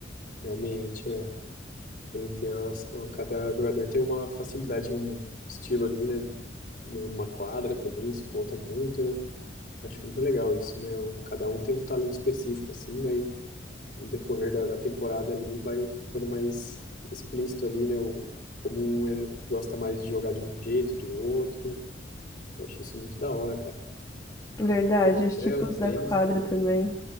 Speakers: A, on the left; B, on the left.
A: Realmente, é. Tem, tem as- o- cada jogador tem uma facilidade, um estilo ali, né? Numa quadra também, isso conta muito, né? Acho muito legal isso, né? O, cada um tem um talento específico, assim, né? E no decorrer da, da temporada ali, vai ficando mais explícito ali, né? O, como um é- gosta mais de jogar de um jeito, do outro. Eu acho isso muito da hora, cara.
B: Verdade,
A: Pô,
B: os tipos
A: é, o
B: da
A: tênis
B: quadra
A: é um...
B: também.